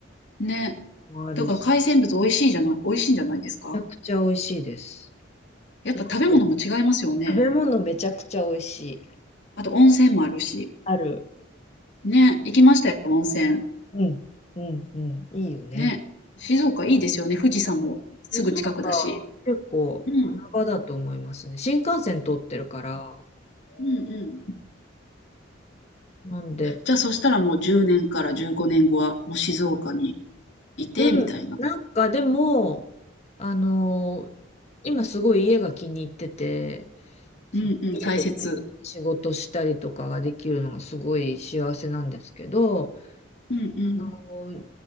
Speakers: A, on the left; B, on the left.
A: ね。
B: もあるし、
A: だから海鮮物美味しいじゃない、美味しいんじゃないですか
B: めちゃくちゃ美味しいです。
A: やっぱ食べ物も違いますよね。
B: 安く。食べ物めちゃくちゃ美味しい。
A: あと温泉もあるし。
B: ある。
A: ね、行きましたよ、温泉。
B: うん。うん。うん。いいよね。
A: ね。静岡いいですよね、富士山もすぐ近くだし。
B: 静岡、結構穴場だと思いますね。
A: うん、
B: 新幹線通ってるから。
A: うんうん。
B: なんで、
A: じゃあそしたらもう10年から15年後はもう静岡にいて、
B: うん。
A: みたいな。
B: なんかでも、あのー今すごい家が気に入ってて、そう、
A: うんうん、
B: 家で
A: 大切。
B: 仕事したりとかができるのがすごい幸せなんですけど、
A: うんうん。
B: あの